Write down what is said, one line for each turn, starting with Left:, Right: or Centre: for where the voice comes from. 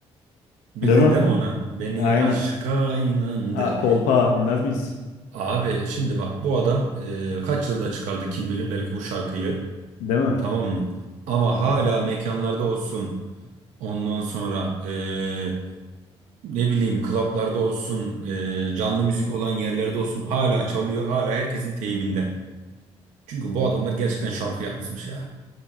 Right: Bildin
Left: Değil mi?
Right: değil mi ona? Beni
Left: Aynen.
Right: aşka inandır.
Left: Aa, kolpa bilmez miyiz?
Right: Abi şimdi bak bu adam eee, kaç yılda çıkardı kim bilir belki bu şarkıyı.
Left: Değil mi?
Right: Tamam mı? Ama hala mekanlarda olsun. Ondan sonra eee, ne bileyim klaplarda olsun. eee, canlı müzik olan yerlerde olsun. Hala çalıyor. Hala herkesin teybinde. Çünkü bu adamlar gerçekten şarkı yazmış ya.